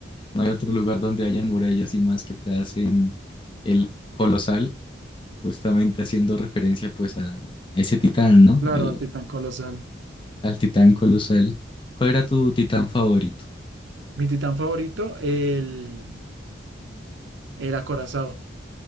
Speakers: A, on the left (about 30°); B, on the right (about 85°).
A: No hay otro lugar donde hayan murallas y más que te hacen el colosal, justamente haciendo referencia pues a, a ese titán, ¿no?
B: claro,
A: Al,
B: al titán colosal.
A: al titán colosal. ¿Cuál era tu titán favorito?
B: Mi titán favorito, el... El acorazado.